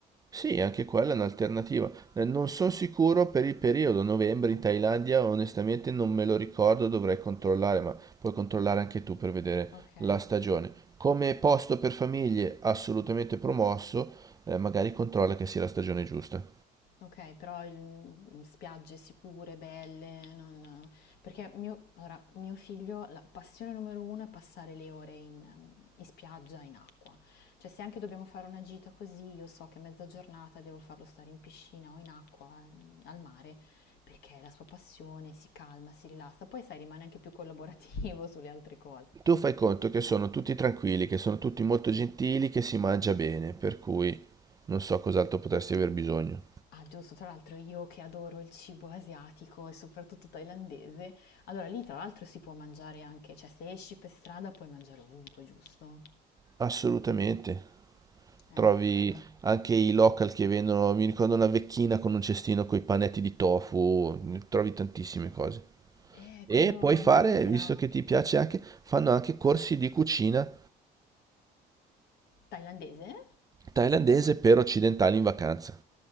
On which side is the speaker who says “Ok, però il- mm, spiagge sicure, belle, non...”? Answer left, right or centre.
Left